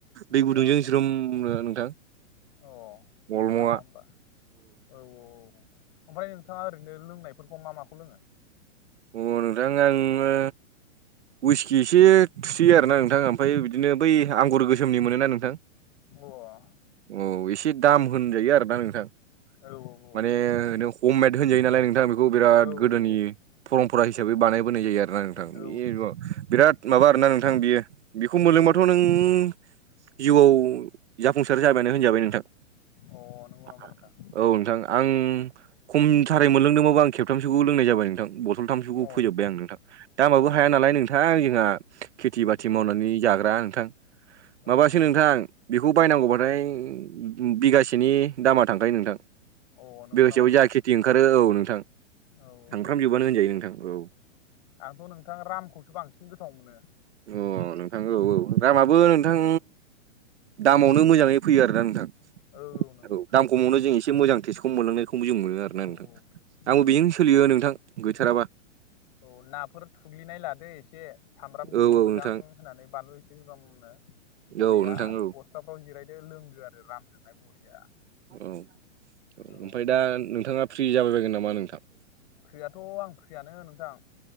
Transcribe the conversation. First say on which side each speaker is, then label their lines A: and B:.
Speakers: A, on the left (about 35°); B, on the right (about 60°).
A: बिदि
B: दै गुदुंजों
A: नामा होमबा
B: ज्रोमनो नोंथां।
A: अ नंगौ
B: अलमंआ
A: नामा होबा औ औ औ। ओमफाय नोंथाङा ओरैनो लोंनायफोरखौ मा माखौ लोङो?
B: अ नोंथां आङो उइसकि एसे थुसियो आरो ना नोंथां ओमफाय बिदिनो बै आंगुर गोसोमनि मोनोना नोंथां
A: बआ
B: औ एसे दाम होनजायो आरो दा नोंथां।
A: औ औ औ।
B: माने नों हममेद होनजायो नालाय नोंथां बेखौ बिराद
A: औ
B: गोदोनि
A: औ
B: परमपरा हिसाबै बानायबोनाय जायो आरोना नोंथां
A: औ
B: <unintelligible> बिराद माबा आरोना नोंथां बियो बिखौ मोनलोंबाथ'
A: औ
B: नों जिउआव जाफुंसार जाबायानो होनजाबाय नोंथां।
A: औ
B: <inaudible>
A: अ नंगौ नामा नोंथां
B: औ नोंथां आं खमथारै मोनलोंदोंबाबो आं खेबथामसोखौ लोंनाय जाबाय नोंथां बस खन्थामसोखौ
A: अ
B: फोजोबबाय आं नोंथां दामाबो
A: अ औ
B: हाया नालाय नोंथां जोंहा खेथि बाथि
A: औ
B: मावनानै जाग्रा नोंथां
A: औ
B: माबासो
A: नंगौ
B: नोंथां।
A: नंगौ
B: बेखौ बायनांगौबाथाय बिगासेनि दामा थांखायो नोंथां।
A: अ नंगौ
B: बे लोगोसेयाव
A: नामा नोंथां
B: जा खेथि ओंखारो औ नोंथां।
A: औ औ
B: खालामजोबबानो होनजायो नोंथां औ।
A: आंथ' नोंथां रामखौसो बांसिन गोथाव मोनो।
B: अ नोंथां औ औ। रामाबो नोंथां दामावनो मोजाङै फैयो आरोना नोंथां।
A: औ औ नों
B: औ दाम खमावनो जों एसे मोजां टेस्टखौ मोनलांनायखौ जों मोनो आरो ना
A: औ
B: नोंथां आंबो
A: औ
B: बेजों सोलियो नोंथां गैथाराबा।
A: औ औ नाफोर थुग्लिनाय लादो एसे सामब्राम
B: औ
A: गुफुर
B: औ
A: मोजां।
B: नोंथां
A: होनानै बानलु एसे जोगोमनो बरिया
B: औ नोंथां औ
A: फथाफ्राव जिरायदो लोंदो आरो रामजोंहाय बरिया
B: औ औ ओमफ्राय
A: औ
B: दा नोंथाङा फ्रि जाबाय बायगोन नामा नोंथां?
A: फ्रियाथ' आं फ्रियानो नोंथां।